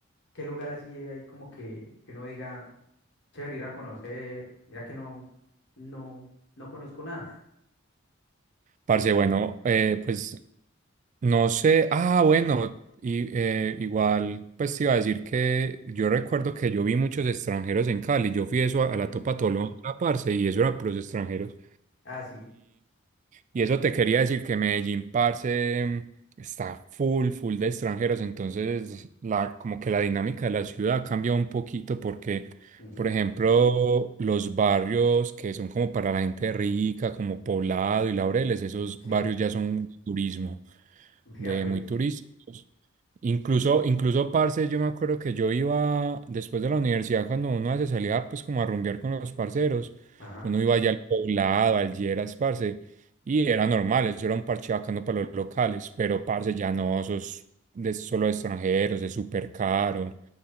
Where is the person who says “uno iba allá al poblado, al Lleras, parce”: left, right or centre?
Right